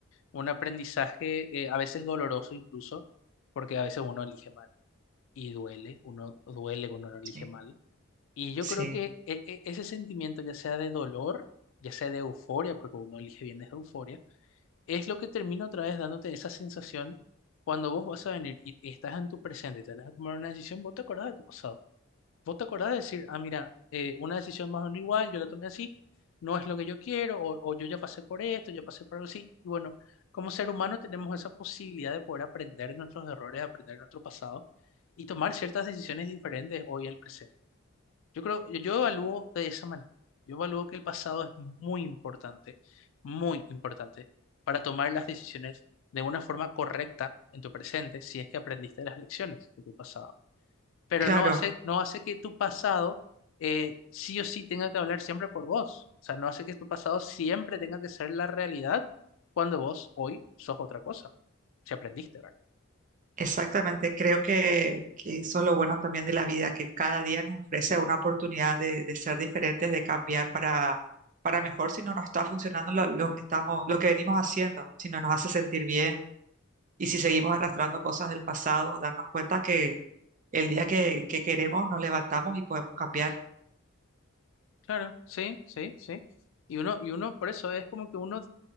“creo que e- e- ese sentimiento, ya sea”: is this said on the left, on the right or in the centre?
Left